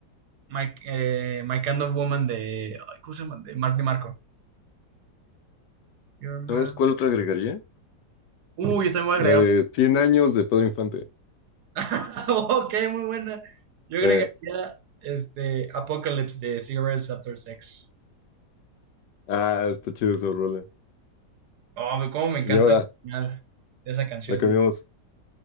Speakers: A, on the right; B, on the left.
A: My, eh, My Kind of Woman de. ay, ¿Cómo se llama? De Mark DeMarco. Your Man.
B: ¿Sabes cuál otra agregaría?
A: Uh, yo también voy
B: La
A: a agregar
B: de
A: otra.
B: 100 años de Pedro Infante.
A: <laughs> Ok, muy buena. Yo agregaría
B: Sí.
A: este, Apocalypse de Cigarettes After Sex.
B: Ah, está chido esa rola.
A: Oh, me- cómo me encanta
B: Y ahora
A: el final de esa canción.
B: la cambiamos.